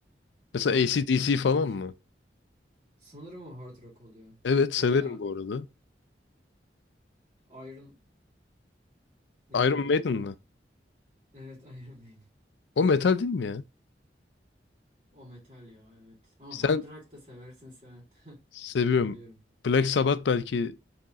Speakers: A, on the left; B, on the right.
A: Mesela
B: hard
A: AC/DC
B: rock'tan örnek.
A: falan mı?
B: Sanırım o hard rock oluyor.
A: Evet severim
B: Veya
A: bu arada.
B: Iron neydi
A: Iron
B: ya?
A: Maiden mi?
B: Evet Iron Maiden.
A: O metal değil mi ya?
B: O metal ya evet. Ama
A: Sen
B: hard rock da seversin sen. <laughs>
A: seviyorum.
B: Biliyorum.
A: Black Sabbath belki